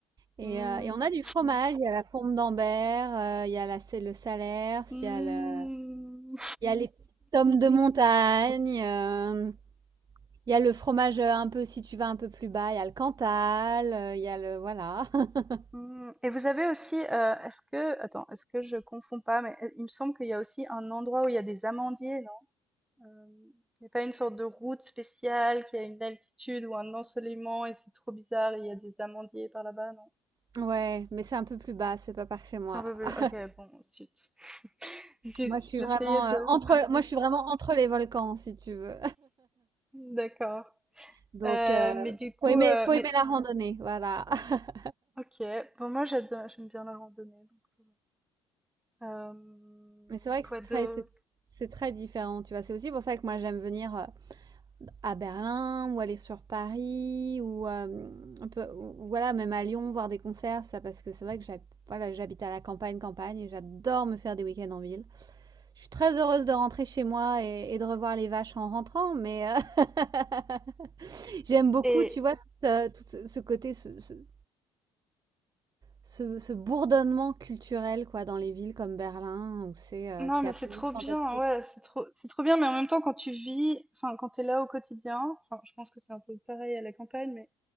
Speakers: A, on the right (about 30°); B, in the centre.
A: Et,
B: Hmm.
A: euh, et on a du fromage, il y a la fourme d'Ambert, euh, il y a la, c'est le Salers,
B: Hmm.
A: il y a le, il y a les petits tomes de montagne. euh, Il y a le fromage, heu, un peu si tu vas un peu plus bas, il y a le Cantal, heu, il y a le voilà. <laughs>
B: Hmm. Et vous avez aussi, euh, est-ce que, attends, est-ce que je confonds pas, mais euh, il me semble qu'il y a aussi un endroit où il y a des amandiers, Hem, il y a pas une sorte de route spéciale qui a une altitude ou un ensoleillement et c'est trop bizarre, et il y a des amandiers par là-bas, non?
A: Ouais, mais c'est un peu plus bas, c'est pas par chez moi.
B: C'est un peu plus
A: <laughs>
B: OK, bon, zut. <laughs> Zut,
A: Moi, je suis
B: j'essayais
A: vraiment,
B: de
A: heu, entre moi, je suis vraiment entre les volcans, si tu veux.
B: d'accord.
A: <laughs> Donc
B: Heu,
A: heu,
B: mais du coup,
A: faut aimer
B: heu,
A: faut
B: mais
A: aimer la randonnée, voilà. <laughs>
B: OK, bon moi j'ado j'aime bien la randonnée donc ça va. Hem,
A: Mais c'est vrai
B: quoi
A: que c'est très
B: d'autre?
A: c'est c'est très différent, tu vois? C'est aussi pour ça que moi, j'aime venir, euh, à Berlin ou aller sur Paris ou euh, un peu- voilà même à Lyon voir des concerts ça parce que c'est vrai que j'hab- voilà, j'habite à la campagne campagne et j'adore me faire des week-ends en ville. Je suis très heureuse de rentrer chez moi et, et de revoir les vaches en rentrant mais euh, <laughs> j'aime beaucoup
B: Et
A: tu vois tout, ce tout ce- ce côté ce, ce- ce- ce bourdonnement culturel quoi dans les villes comme Berlin où c'est euh,
B: non,
A: c'est
B: mais
A: absolument
B: c'est trop bien,
A: fantastique.
B: ouais, c'est trop c'est trop bien, mais en même temps quand tu vis, enfin quand tu es là au quotidien, enfin je pense que c'est un peu pareil à la campagne, mais